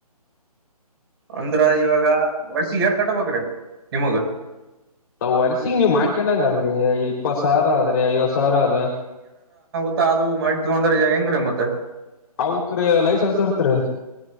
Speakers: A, on the right; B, on the left.
A: ಅಂದ್ರ ಇವಾಗ ವರ್ಷಿಗಿ ಎಟ್ ಕಟ್ಟಬೇಕ್ರೀ ನಿಮಗ.
B: ವರ್ಸಿಗ ನೀವ್ ಮಾಡ್ಕೊಂಡಂಗ ಆದ್ರಿ ಇಪ್ಪತ್ ಸಾವಿರ ಆದ್ರಿ, ಐವತ್ ಸಾವಿರ ಆದಾ
A: ಮ ಅದು ಮಾಡಿ <unintelligible> ತಗಂದ್ರೆ ಹೆಂಗ್ರೀ ಮತ್ತೆ-
B: ಅವುಕ್ರ ಲೈಸನ್ಸ್ ಇರ್ತ್ರಿ